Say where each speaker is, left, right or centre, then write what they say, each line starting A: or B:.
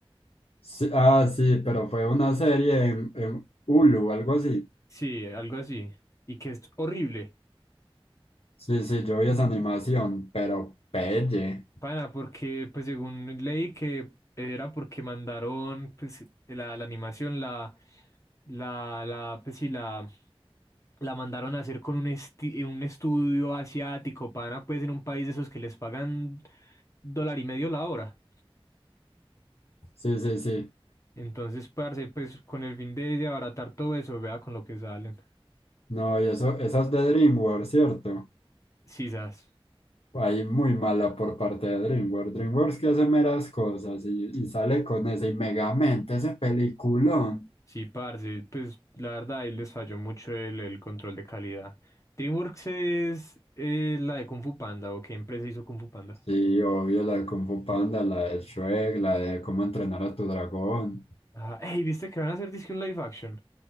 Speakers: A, on the left; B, on the left.
A: Sí, ah, sí, pero fue una serie en, en Hulu, algo así.
B: Sí, algo así, y que es horrible.
A: Sí, sí, yo vi esa animación, pero pelle.
B: Pana, porque pues según leí que era porque mandaron pues la, la animación, la, la, la, pues sí, la, la mandaron a hacer con un, esti- un estudio asiático, pana, pues en un país de esos que les pagan dólar y medio la hora.
A: Sí, sí, sí.
B: Entonces, parce, pues con el fin de, de abaratar todo eso, vea con lo que salen.
A: No, y eso, esa es de DreamWorks, ¿cierto?
B: Sisas.
A: Ahí muy mala por parte de DreamWorks. DreamWorks que hace meras cosas y, y sale con ese y Megamente, ese peliculón.
B: Sí, parce, pues la verdad ahí les falló mucho el, el control de calidad. DreamWorks es eh, la de Kung Fu Panda, ¿o qué empresa hizo Kung Fu Panda?
A: Sí, obvio, la de Kung Fu Panda, la de Shrek, la de Cómo entrenar a tu dragón.
B: Ah, ey, ¿viste que van a hacer disque un live action?